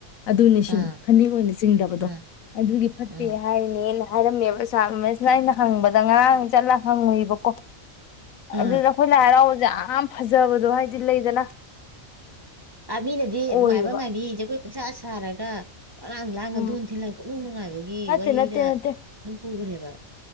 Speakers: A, on the left; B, on the right.
A: ꯑꯗꯨꯅꯤ ꯁꯤꯅꯤ
B: ꯑꯥ
A: ꯐꯅꯦꯛ ꯑꯣꯏꯅ ꯆꯤꯡꯗꯕꯗꯣ
B: ꯑꯥ
A: ꯑꯗꯨꯗꯤ ꯐꯠꯇꯦ
B: ꯎꯝ
A: ꯍꯥꯏꯅꯦꯅ ꯍꯥꯏꯔꯝꯃꯦꯕ ꯁꯥꯔ ꯔꯣꯃꯦꯁꯅ ꯑꯩꯅ ꯍꯪꯕꯗ ꯗ ꯉꯔꯥꯡ ꯆꯠꯂ ꯍꯪꯉꯨꯏꯕꯀꯣ
B: ꯎꯝ
A: ꯑꯗꯨꯗ ꯑꯩꯈꯣꯏꯅ ꯍꯔꯥꯎꯕꯁꯦ ꯌꯥꯝ ꯐꯖꯕꯗꯣ ꯍꯥꯏꯗꯤ ꯂꯩꯗꯅ
B: ꯑ ꯃꯤꯅꯗꯤ
A: ꯑꯣꯏꯌꯦꯕ
B: ꯃꯥꯏꯕ ꯃꯥꯏꯕꯤ ꯖꯒꯣꯏ ꯄꯪꯁꯥ ꯁꯥꯔꯒ ꯒ ꯇ ꯑꯂꯥꯡ ꯂꯥꯡꯉꯥ
A: ꯎꯝ
B: ꯗꯣꯟ ꯊꯤꯜꯂ ꯄꯪꯅꯨꯡ ꯅꯨꯡꯉꯥꯏꯕꯒꯤ
A: ꯅꯠꯇꯦ
B: ꯋꯥꯔꯤꯗ
A: ꯅꯠꯇꯦ ꯅꯠꯇꯦ
B: ꯑꯗꯨꯝ ꯄꯨꯈ꯭ꯔꯦꯕ <inaudible>